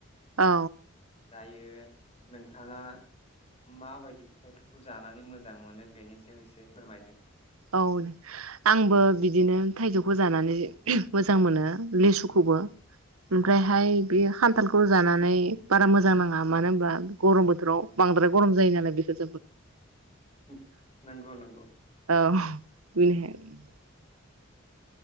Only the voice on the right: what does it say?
औ
औ आंबो बिदिनो थाइजौखौ जानानै मोजां मोनो लेसुखौबो उम। फ्रायहाय बेयो
खान्थालखौ जाना नै बारा मोजां नाङा मानो होमबा गरम बोथोराव बांद्राय गरम जायो नालाय बिखो
अ <unintelligible>